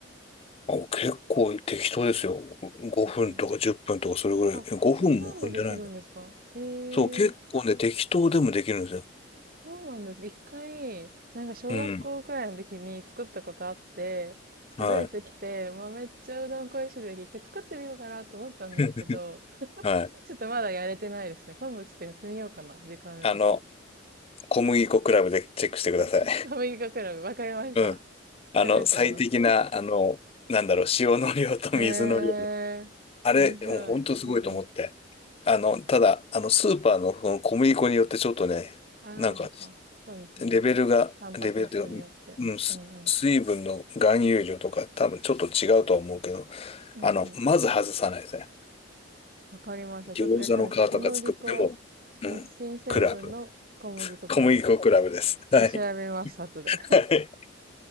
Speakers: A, on the left; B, on the right.
A: あ、結構適当ですよ。5分とか10分とかそれぐらい。
B: 適当。あ、
A: え5分も踏んでないから。
B: そんなんでできるんですかへえ、
A: そう、結構ね、適当でもできるんですよ。
B: そうなんですか。一回、なんか小学校くらいの時に作ったことあって、
A: うん。
B: で、
A: はい。
B: ドイツ来て、まあ、めっちゃうどん恋しい時、一回作ってみようかなと思ったんですけど、
A: <laughs> はい。
B: ちょっとまだやれてないですね。今度ちょっとやってみようかな。時間あるとき。
A: あの、小麦粉クラブでチェックしてください。
B: <laughs>
A: <laughs>
B: アメリカクラブ、わかりました。
A: うん。
B: 調べてみます。
A: あの、最適な、あの、なんだろう、塩の量と水の量。
B: へえー、
A: あれ、
B: 面白い。
A: もう本当すごいと思って。
B: うんうん。
A: あの、ただ、あの、スーパーのその小麦粉によってちょっとね、
B: ああ、
A: なんか
B: そっか。そうですよね。
A: レベルが、
B: タンパク質によって。
A: レベルというか、うん、す水分の含有量とか多分ちょっと違うとは思うけど、
B: うんうん。うんうん。
A: あの、まず外さないですね。
B: わかりました。
A: 餃子の皮とか作っても、
B: ちょっと、え、何でした小麦粉、
A: うん、
B: 日清製粉の小麦粉クラブ。
A: クラブ。小麦粉クラブです。
B: ち
A: <laughs> はい。
B: ょっと調べます、後で。
A: はい。